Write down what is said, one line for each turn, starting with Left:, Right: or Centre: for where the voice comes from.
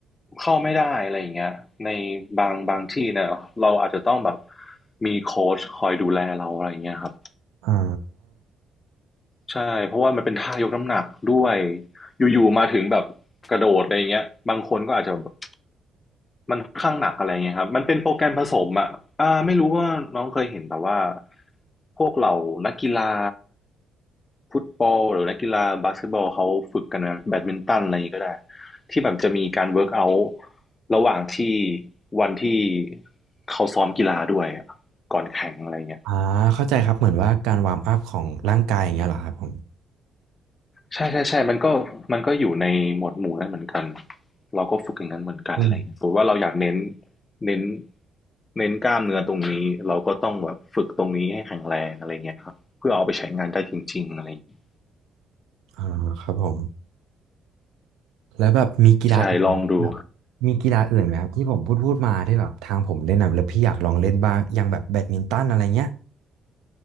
Left: เข้าไม่ได้อะไรอย่างเงี้ยในบางบางที่เนี่ยเราอาจจะต้องแบบมีโค้ชคอยดูแลเราอะไรอย่างเงี้ยครับ
Right: อ๋อ
Left: ใช่เพราะว่ามันเป็นท่ายกน้ำหนักด้วยอยู่ๆมาถึงแบบกระโดดอะไรเงี้ยบางคนก็อาจจะแบบมันค่อนข้างหนักอะไรเงี้ยครับมันเป็นโปรแกรมผสมอ่ะอ่าไม่รู้ว่าน้องเคยเห็นแต่ว่าพวกเหล่านักกีฬาฟุตบอลหรือนักกีฬาบาสเกตบอลเขาฝึกกันนะแบดมินตันอะไรอย่างงี้ก็ได้ที่แบบจะมีการเวิร์กเอาท์ระหว่างที่วันที่เขาซ้อมกีฬาด้วยอะก่อนแข่งอะไรเงี้ย
Right: อ่าเข้าใจครับเหมือนว่าการวาร์มอัพของร่างกายอย่างเงี้ยเหรอครับผม
Left: ใช่ๆๆมันก็มันก็อยู่ในหมวดหมู่นั้นเหมือนกัน เราก็ฝึกอย่างนั้นเหมือนกันอะไรอย่างเงี้ยสมมติว่าเราอยากเน้น
Right: อืม
Left: เน้นเน้นกล้ามเนื้อตรงนี้เราก็ต้องแบบฝึกตรงนี้ให้แข็งแรงอะไร่เงี้ยครับเพื่อเอาไปใช้งานได้จริงๆอะไรอย่างเงี้ย
Right: อ่าครับผม แล้วแบบมีกีฬาอื่นที่แบบ
Left: ใช่ลองดู
Right: มีกีฬาอื่นไหมครับที่ผมพูดพูดมาที่แบบทางผมเล่นนะแล้วพี่อยากลองเล่นบ้างอย่างแบบแบดมินตันอะไรเงี้ย